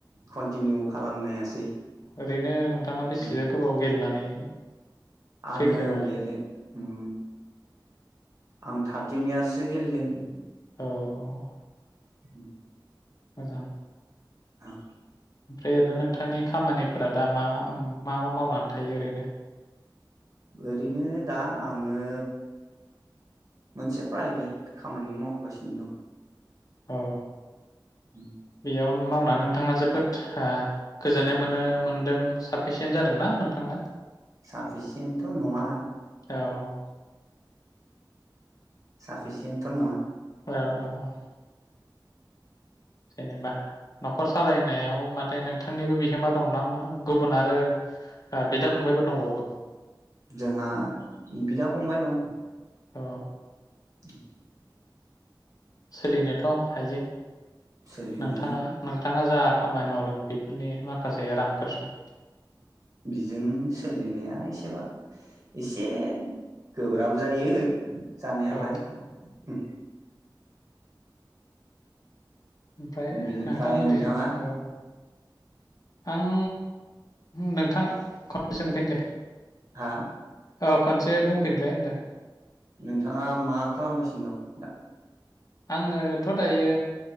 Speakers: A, on the right; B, on the left.
A: कनटिनिउ खालामनो हायासै
B: ओरैनो नोंथाङा बेसेसो
A: उम
B: गोबाव गेलेनानै
A: आङो
B: फैखो माने
A: गेले उम आं थार्टिन इयार्ससो गेलेदों ।
B: औ ।
A: उम ।
B: मोजां
A: औ
B: ओमफ्राय ओरैनो नोंथांनि खामानिफोरा दा मा मा-मा मावनानै थायो ओरैनो
A: ओरैनो दा आङो मोनसे प्राइभेट खामानि मावगासिनो दं
B: अ
A: उम
B: बेयावनो मावनानै नोंथाङा जोबोद ओ गोजोननाय मोनो मोनदों साफिसियेन्ट जादोंना नोंथाङा
A: साफिसियेन्टथ' नङा
B: औ
A: साफिसियेन्टथ' नङा
B: औ औ औ जेनेबा न'खर सालायनायाव मादि नोंथांनिबो बिहोमा दं नामा गुबुन आरो ओ बिदा फंबायफोर
A: हा
B: दंबावो
A: जोंहा बिदा-फंबाय दं
B: अ
A: हम
B: सोलिनोथ' हायो
A: सोलिनो
B: नोंथाङा नोंथाङा जा खामानि मावदों बेफोरनि माखासे रांफोरजों
A: बिजों सोलिनाया एसेबा एसे गोब्राब जायो जानायालाय
B: औ
A: उम
B: ओमफ्राय
A: बेनिफ्राय
B: नोंथांमोनिजों
A: नोंथाङा
B: औ आं नोंथां खनसे सोंफिन दे
A: हा
B: औ खनसे बुंफिनलाय होनदो
A: नोंथाङा मा खालामगासिनो दं दा
B: आङोथ' दायो